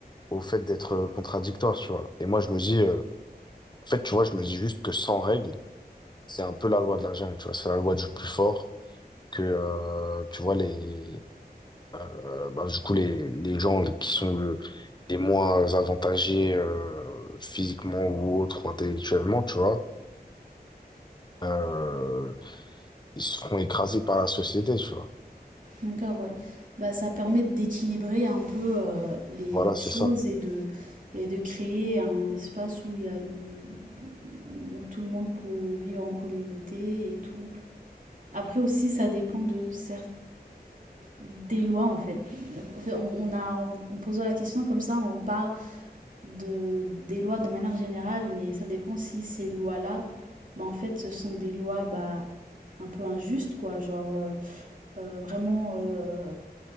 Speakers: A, on the left; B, on the right.
A: au fait d'être euh, contradictoire, tu vois. Et moi, je me dis, euh, en fait, tu vois, je me dis juste que sans règles, c'est un peu la loi de la jungle, tu vois. C'est la loi du plus fort, que, euh, tu vois, les, euh, bah, du coup, les, les gens qui sont le- les moins avantagés, euh, physiquement ou autre, ou intellectuellement, tu vois, euh, ils seront écrasés par la société, tu vois.
B: D'accord, ouais. Bah, ça permet d'équilibrer un peu euh, les,
A: Voilà,
B: les choses
A: c'est ça.
B: et de, et de créer un espace où il y a le- où tout le monde peut vivre en communauté et tout. Après aussi, ça dépend de cer- des lois en fait. Euh, en fait, On, on a, en en posant la question comme ça, on parle de, des lois de manière générale, mais ça dépend si ces lois-là, bah, en fait, ce sont des lois bah, un peu injustes, quoi. Genre, euh, Heu, vraiment, heu,